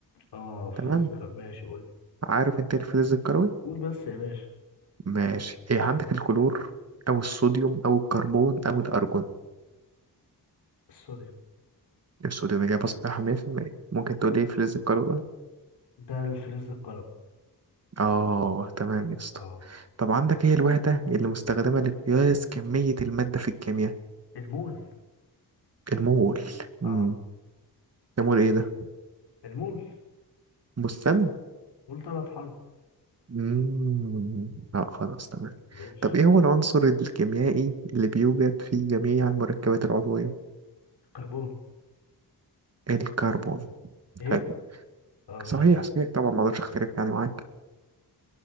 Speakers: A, on the left; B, on the right.
A: اه فلز
B: تمام
A: قلم ماشي قول لي
B: عارف انت إيه الفلز القلوي
A: قول بس يا باشا
B: ماشي ايه عندك الكلور او الصوديوم او الكربون او الارجون
A: الصوديوم
B: الصوديوم اجابه صحيحه 100% ممكن تقول ايه الفلز القلوي ده
A: ده الفلز القلوي
B: اه تمام يا اسطى
A: اه
B: طب عندك ايه الوحده اللي مستخدمه لقياس كميه الماده في الكيمياء
A: المول
B: المول
A: اه
B: امم المول ايه ده
A: المول
B: بستان
A: قول ثلاث حرب
B: مم. لا خلاص تمام
A: ماشي
B: طب ايه هو العنصر الكيميائي اللي بيوجد في جميع المركبات العضوية
A: كربون
B: الكربون
A: ايه
B: حلو
A: اه ماشي
B: صحيح صحيح طبعا ما اقدرش اختلف يعني معاك